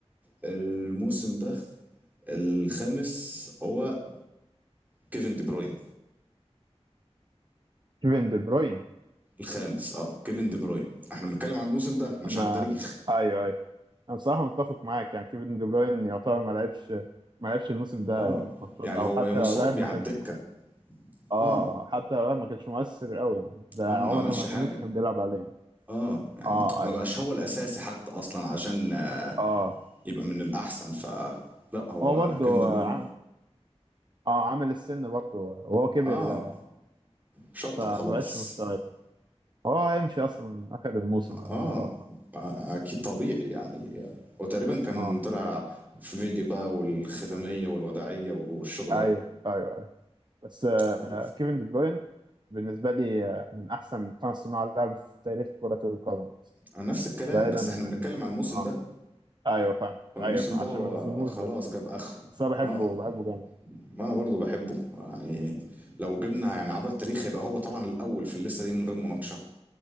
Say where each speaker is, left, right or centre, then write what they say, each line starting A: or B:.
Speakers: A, on the right; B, on the right.
A: الموسم ده الخامس هو كيفن دي بروين
B: كيفن دي بروين
A: الخامس اه كيفن دي بروين احنا بنتكلم على الموسم ده مش
B: انا
A: على التاريخ
B: ايوه ايوه انا بصراحه متفق معاك يعني كيفن دي بروين يعتبر ما لعبش ما لعبش الموسم ده
A: اه
B: ماتشات
A: يعني
B: او
A: هو
B: حتى
A: يا مصاب
B: لو لعب
A: يا
B: ما
A: على
B: كانش
A: الدكة
B: اه
A: اه
B: حتى لو لعب ما كانش مؤثر قوي يعني ده
A: اه
B: عمر
A: ما عملش
B: مرموش
A: حاجة
B: كان بيلعب عليه
A: اه يعني
B: اه
A: ما
B: ايوه
A: بقاش هو الأساسي حتى أصلا عشان آه،
B: اه
A: يبقى من الأحسن ف لا هو
B: هو برضه
A: كيفن دي بروين
B: عامل اه عامل السن برضه وهو كبر
A: اه
B: آه،
A: شطب
B: فما
A: خلاص
B: بقاش مستوى هو هيمشي اصلا اخر الموسم على
A: اه
B: ما اتوقع
A: اكيد طبيعي يعني وتقريبا كان
B: اه
A: طلع في فيديو بقى والختامية والوداعية والشغل
B: ايوه
A: ده
B: ايوه ايوه بس آه
A: أو-
B: كيفن دي بروين بالنسبه لي آه من احسن خمس صناع لعب في تاريخ كره القدم
A: نفس الكلام
B: بعيدا
A: بس احنا بنتكلم على الموسم
B: اه
A: ده
B: ايوه فاهم
A: والموسم
B: ايوه فاهم.
A: ده
B: عشان
A: هو
B: ما نظلمهوش
A: خلاص
B: بس
A: جاب اخره
B: بس انا بحبه
A: اه
B: بحبه جامد
A: ما انا برضو بحبه يعني لو جبنا يعني عبر التاريخ هيبقى هو طبعا الاول في الليسته دي من غير مناقشه